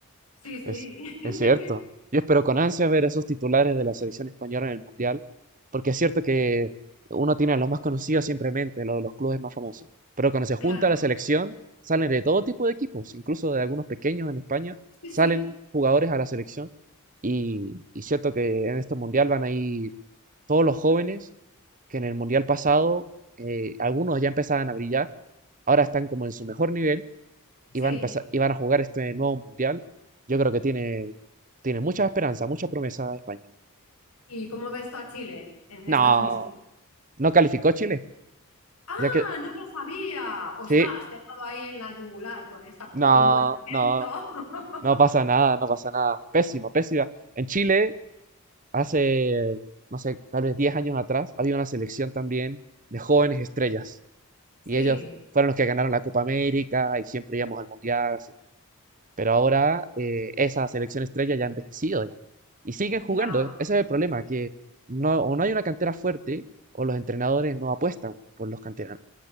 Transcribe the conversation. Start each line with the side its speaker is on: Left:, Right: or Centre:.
Left: Sí, sí,
Right: Es,
Left: <laughs>
Right: es cierto. Yo espero con ansia ver esos titulares de la selección española en el Mundial, porque es cierto que uno tiene a los más conocidos simplemente en mente, los, los clubes más famosos. Pero cuando se junta
Left: claro,
Right: la selección, salen de todo tipo de equipos, incluso de algunos pequeños en España,
Left: sí,
Right: salen
Left: sí,
Right: jugadores a la selección. Y, y cierto que en este Mundial van a ir todos los jóvenes que en el Mundial pasado, eh, algunos ya empezaban a brillar, ahora están como en su mejor nivel
Left: sí.
Right: iban a empezar- y van a jugar este nuevo mundial, yo creo que tiene, tiene mucha esperanza, mucha promesa España.
Left: ¿Y cómo ves tú a Chile en
Right: No,
Left: estas mismas?
Right: no calificó Chile,
Left: ¡Ah,
Right: ya que
Left: no lo sabía! ¡Ostras!
Right: sí,
Left: Te he dado ahí en la yugular con esta pregunta,
Right: no,
Left: lo
Right: no,
Left: siento. <laughs>
Right: no pasa nada, no pasa nada. Pésima, pésima. En Chile, hace, no sé, tal vez 10 años atrás, había una selección también de jóvenes estrellas
Left: Sí,
Right: y ellos fueron los que ganaron la Copa América y siempre íbamos al mundial, etc. Pero ahora eh, esa selección estrella ya ha envejecido ya. Y siguen
Left: ya,
Right: jugando. E-, Ese es el problema, que no, o no hay una cantera fuerte o los entrenadores no apuestan por los canteranos.